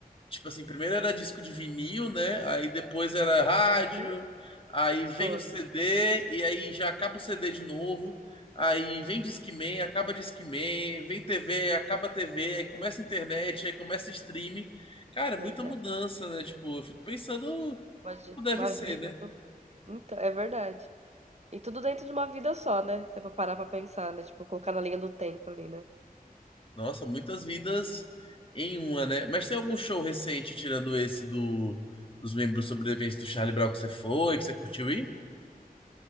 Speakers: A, on the left (about 35°); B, on the right (about 45°).
A: Tipo assim, primeiro era disco de vinil, né? Aí depois era rádio,
B: Uhum,
A: aí vem
B: foi,
A: o CD, e aí já acaba o CD de novo. Aí vem Discman, acaba Discman, vem TV, acaba TV, aí começa a internet, aí começa streaming. Cara, muita
B: verdade.
A: mudança, né? Tipo, eu fico pensando
B: Uma, di-
A: como deve
B: uma
A: ser,
B: vida.
A: né?
B: Então, é verdade. E tudo dentro de uma vida só, né? Se você for parar pra pensar, né? Tipo, colocar na linha do tempo ali, né?
A: Nossa, muitas vidas em uma, né? Mas tem algum show recente, tirando esse do, dos membros sobreviventes do Charlie Brown que você foi, que você curtiu ir?